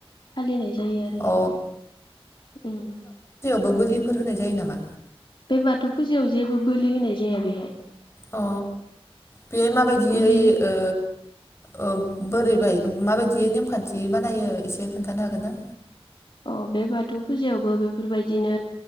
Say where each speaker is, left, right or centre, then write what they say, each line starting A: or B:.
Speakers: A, on the left; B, on the left.
A: फालिनाय ज जायो आरो
B: अ
A: इखौ उम
B: बो बोलिफोर होनाय जायो नामा?
A: बे बाथौ फुजायाव जेबो बोलि होनाय जाया बेहाय।
B: अ बेहाय माबायदियै
A: बोलि हो
B: ओ ओ बोरैबाय माबायदि नेमखान्थि बानायो एसे खोन्थानो हागोन ना?
A: अ बे बाथौ फुजायावबो बेफोरबायदिनो